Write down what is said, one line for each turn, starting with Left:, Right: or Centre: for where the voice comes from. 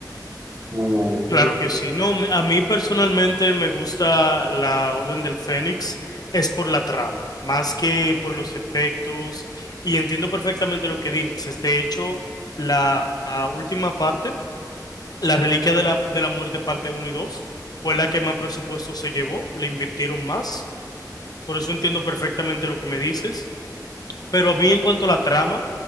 Right: Muy buena, muy
Left: Claro que sí. No, me- a mí personalmente me gusta la Orden del Fénix. Es por la trama, más que por los efectos. Y entiendo perfectamente lo que dices. De hecho, la, la última parte, la Reliquia de la, de la Muerte parte uno y 2, fue la que más presupuesto se llevó. Le invirtieron más. Por eso entiendo perfectamente lo que me dices. Pero a mí en cuanto a la trama,